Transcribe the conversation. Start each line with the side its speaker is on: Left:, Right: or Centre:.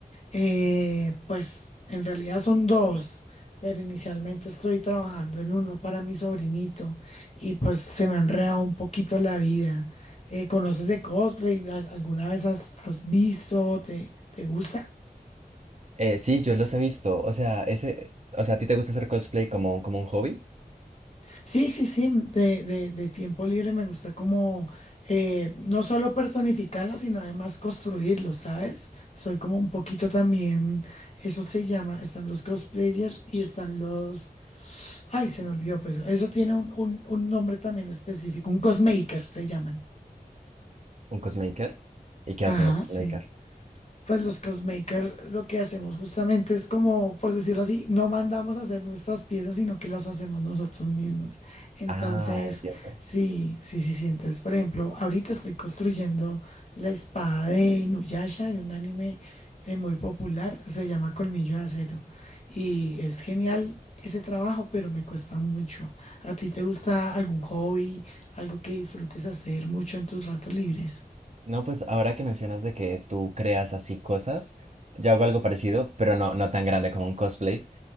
Left: Eh, pues en realidad son dos, pero inicialmente estoy trabajando en uno para mi sobrinito y pues se me ha enredado un poquito la vida. Eh, ¿conoces de cosplay? ¿Al- ¿Alguna vez has, has visto? ¿Te, te gusta?
Right: Eh, sí, yo los he visto. O sea, ese, o sea, ¿a ti te gusta hacer cosplay como, como un hobby?
Left: Sí, sí, sí, mm, de, de- de tiempo libre me gusta como eh, no solo personificarlo, sino además construirlo, ¿sabes? Soy como un poquito también, eso se llama, están los cosplayers y están los, ay, se me olvidó, pues eso tiene un, un- un nombre también específico, un cosmaker se llaman.
Right: ¿Un cosmaker? ¿Y qué
Left: Ajá,
Right: hacen los cosmaker?
Left: sí. Pues los cosmakers lo que hacemos justamente es como, por decirlo así, no mandamos a hacer nuestras piezas, sino que las hacemos nosotros mismos. Entonces,
Right: Ah, entiendo.
Left: sí, sí, sí, sí. Entonces, por ejemplo, ahorita estoy construyendo la espada de Inuyasha, de un anime eh, muy popular, se llama Colmillo de Acero. Y es genial ese trabajo, pero me cuesta mucho. ¿A ti te gusta algún hobby, algo que disfrutes hacer mucho en tus ratos libres?
Right: No, pues ahora que mencionas de que tú creas así cosas, yo hago algo parecido, pero no, no tan grande como un cosplay.